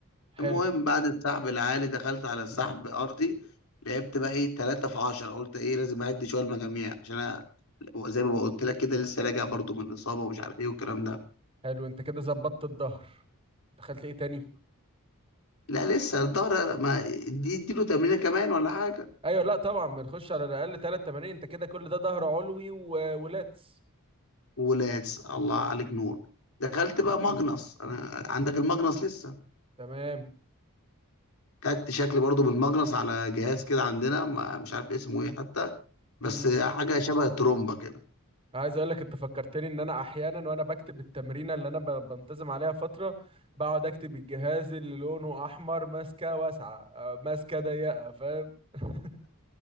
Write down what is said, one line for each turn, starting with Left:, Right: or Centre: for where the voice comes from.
Right: حلو
Left: المهم بعد السحب العالي دخلت على السحب أرضي لعبت بقى إيه تلاتة في عشرة قلت إيه لازم أعد شوية المجاميع عشان أنا زي ما قلت لك كده لسه راجع برضو من إصابة ومش عارف إيه والكلام ده
Right: حلو انت كده ظبطت الظهر دخلت ايه تاني
Left: لا لسه الظهر ما دي اديله تمرينه كمان ولا حاجه
Right: ايوه لا طبعا بنخش على الاقل ثلاث تمارين انت كده كل ده ظهر علوي و... ولاتس
Left: ولاس الله عليك نور دخلت بقى ماجنس انا عندك الماجنس لسه
Right: تمام
Left: خدت شكل برضو بالماجنس على جهاز كده عندنا ما مش عارف اسمه ايه حتى بس
Right: امم
Left: حاجه شبه ترومبا كده
Right: عايز اقول لك انت فكرتني ان انا احيانا وانا بكتب التمرينه اللي انا ب- بنتظم عليها فتره بقعد اكتب الجهاز اللي لونه احمر ماسكه واسعه آه، ماسكه ضيقه فاهم <laughs>